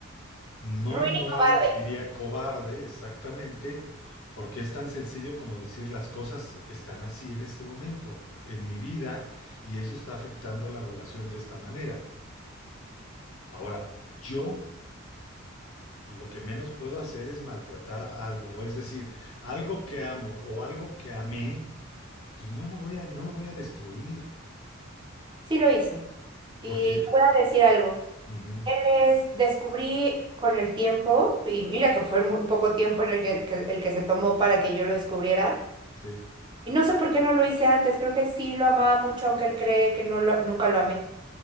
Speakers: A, on the left; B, on the right.
A: No
B: Ruin
A: inmoral,
B: y cobarde,
A: diría cobarde, exactamente, porque es tan sencillo como decir las cosas están así en este momento, en mi vida, y eso está afectando la relación de esta manera. Ahora, yo lo que menos puedo hacer es maltratar algo, es decir, algo que amo o algo que amé, pues no lo voy a, no lo voy a destruir,
B: sí lo hizo. Y
A: porque...
B: te voy a decir algo.
A: Ujú,
B: Él es, descubrí con el tiempo, y mira que fue muy poco tiempo en el que, que- el que se tomó para que yo lo descubriera,
A: sí,
B: y no sé por qué no lo hice antes, creo que sí lo amaba mucho, aunque él cree que no lo, nunca lo amé.